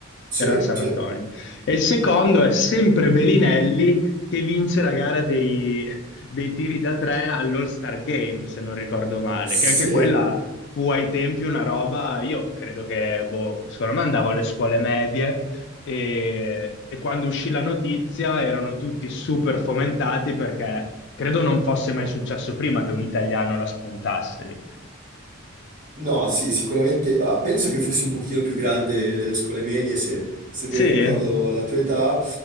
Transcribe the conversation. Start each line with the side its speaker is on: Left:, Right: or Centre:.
Right: Sì,
Left: Era San
Right: sì.
Left: Antonio. E il secondo è sempre Belinelli che vince la gara dei, dei tiri da tre all'All-Star Game, se non ricordo male,
Right: Sì.
Left: che anche quella fu ai tempi una roba, io credo che, boh, secondo me andavo alle scuole medie e, e quando uscì la notizia erano tutti super fomentati perché credo non fosse mai successo prima che un italiano la spuntasse lì.
Right: No, sì, sicuramente. ah, penso che fossi un pochino più grande delle scuole medie, se, se
Left: Sì,
Right: ben ricordo la tua età,